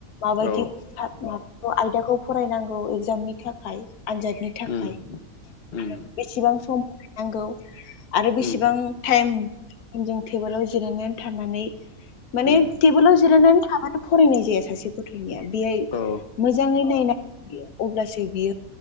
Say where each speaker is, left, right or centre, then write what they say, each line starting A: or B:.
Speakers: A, on the left; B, on the left.
A: माबायदि
B: औ
A: सा मा आयदाखौ फरायनांगौ एग्जामनि थाखाय आनजादनि थाखाय
B: उम उम
A: आरो बेसेबां सम बाहायनांगौ आरो बेसेबां
B: उम
A: टाइम जों टेबोलाव जिरायनानै थानानै माने
B: उम
A: टेबोलाव जिरायनानै थाबानो फरायनाय जाया सासे गथ'निया बेहाय
B: औ
A: मोजाङै नायनांगोन बियो अब्लासो बियो